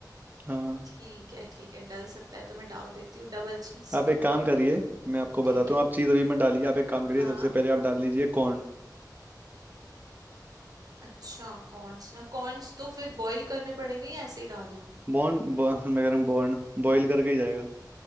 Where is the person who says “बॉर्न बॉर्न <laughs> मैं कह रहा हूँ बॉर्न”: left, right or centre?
Right